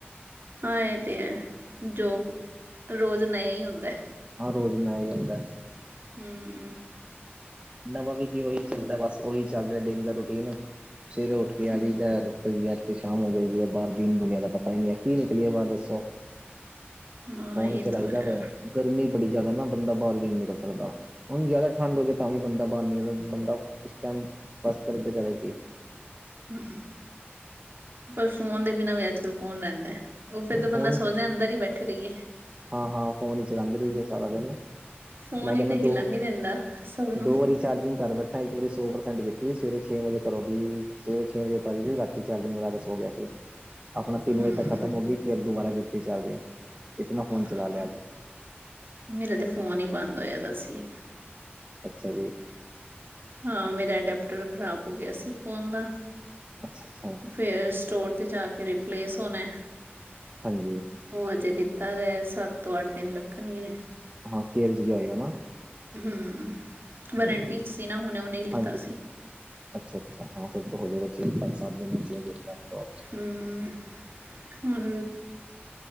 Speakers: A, on the right (about 60°); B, on the right (about 25°).
A: ਹਾਂ ਇਹ ਤੇ ਹੈ ਜੋ ਰੋਜ਼ ਨਯਾ ਹੀ ਹੁੰਦਾ
B: ਹਹ ਰੋਜ਼ ਮੇਂ ਹੀ ਹੁੰਦਾ ਹੈ
A: ਹਮਮ।
B: ਨਵਾਂ ਵੀ ਕੀ, ਉਹੀ ਚੱਲਦਾ ਬਸ, ਉਹੀ ਚੱਲ ਰਿਹਾ, ਡੇਲੀ ਦਾ ਰੂਟੀਨ, ਸਵੇਰੇ ਉੱਠ ਕੇ ਆ
A: ਹੂੰ
B: ਜਾਈਦਾ। ਸ਼ਾਮ ਹੋ ਜਾਂਦੀ ਆ, ਬਾਹਰ ਦੀਨ ਦੁਨੀਆਂ ਦਾ ਪਤਾ ਹੀ ਨਹੀਂ ਹੈ, ਕੀ ਨਿਕਲੀਏ, ਬਾਹਰ ਦੱਸੋ?
A: ਹਾਂ
B: ਫੋਨ
A: ਇਹ
B: ਹੀ ਚਲਾਈਦਾ
A: ਤਾਂ
B: ਵੇ,
A: ਹੈ
B: ਗਰਮੀ ਬੜੀ ਜ਼ਿਆਦਾ ਨਾ, ਬੰਦਾ ਬਾਹਰ ਵੀ ਨੀ ਨਿਕਲ ਸਕਦਾ, ਹੁਣ ਜ਼ਿਆਦਾ ਠੰਡ ਹੋ ਜਾਏ ਤਾਂ, ਵੀ ਬੰਦਾ ਬਾਹਨੇ ਬੰਦਾ, ਇਸ ਟਾਈਮ ਬਸ, ਕਰੇ ਤੇ ਕਰੇ ਕਿ?
A: ਹਮ, ਪਰ ਫੋਨ ਦੇ ਬਿਨਾਂ ਵੀ, ਅੱਜ- ਕੱਲ੍ਹ ਕੌਣ ਰਹਿੰਦਾ? ਫਿਰ ਤਾਂ ਬੰਦਾ
B: ਫੋਨ ਹੀ
A: ਸੋਚਦਾ, ਅੰਦਰ ਹੀ ਬੈਠੇ ਰਹੀਏ।
B: ਹਾਂ -ਹਾਂ, ਫੋਨ ਹੀ ਚਲਾਉਂਦੇ ਰਹੀਏ, ਸਾਰਾ ਦਿਨ।
A: ਫੋਨ
B: ਮੈਂ ਕਹਿੰਦਾ
A: ਹੀ ਤੇ, ਹਿਲਣ
B: ਦੋ
A: ਨੀ ਦਿੰਦਾ ਸਭ ਨੂੰ।
B: ਦੋ ਵਾਰੀ, ਚਾਰਜਿੰਗ ਕਰ ਬੈਠਾਂ, ਇੱਕ ਵਾਰੀ ਸੌ ਪ੍ਰਸੈਂਟ ਕੀਤੀ ਸੀ ਸਵੇਰੇ ਛੇ ਵਜੇ, ਪਰ ਉਹਦੀ ਸਵੇਰੇ, ਛੇ ਵਜੇ ਉਤਾਰੀ ਸੀ, ਰਾਤ ਤੇ ਰਾਤੀਂ, ਚਾਰਜਿੰਗ ਲਗਾ ਕੇ, ਸੋ ਗਿਆ ਸੀ। ਆਪਣਾ ਤਿੰਨ
A: ਹਮ
B: ਵਜੇ ਤੱਕ ਖਤਮ ਹੋਗੀ, ਫੇਰ ਦੁਬਾਰਾ ਕੀਤੀ ਚਾਰਜਿੰਗ ਇਤਨਾ ਫੋਨ
A: ਹਾਂ,
B: ਚਲਾ ਲਿਆ ਅੱਜ
A: ਮੇਰਾ ਤੇ ਫੋਨ ਹੀ ਬੰਦ ਹੋਇਆ ਵਾ ਸੀ।
B: ਅੱਛਾ ਜੀ।
A: ਹਾਂ ਮੇਰਾ, ਡਾਫਟਰ ਖ਼ਰਾਬ ਹੋ ਗਿਆ ਸੀ, ਫੋਨ ਦਾ
B: ਅੱਛਾ- ਅੱਛਾ।
A: ਫਿਰ ਸਟੋਰ ਤੇ ਜਾ ਕੇ ਰਿੀਪਲੇਸ ਹੋਣਾ।
B: ਹਾਂਜੀ।
A: ਉਹ ਅਜੇ ਦਿੱਤਾ ਦਾ ਸੱਤ ਤੋਂ ਅੱਠ ਦਿਨ ਲੱਗਣਗੇ।
B: ਹਾਂ ਕੇਰ ਚ ਗਿਆ ਹੋਏਗਾ ਨਾ।
A: ਹਮ ਵਾਰੰਟੀ
B: ਹਾਂਜੀ
A: ਚ ਸੀ ਨਾ ਹੁਨੇ ਉਹਨੇ ਲਿੱਤਾ
B: ਹਾਂਜੀ
A: ਸੀ।
B: ਅੱਛਾ ਅੱਛਾ ਹਾਂ ਫਿਰ ਹੋ ਜਾਏਗਾ ਚੇਂ ਪੰਜ ਸਤ ਦਿਨ ਚੇਂਜ ਹੋ ਜਾਂਦਾ।
A: ਹਮ ਹੁਣ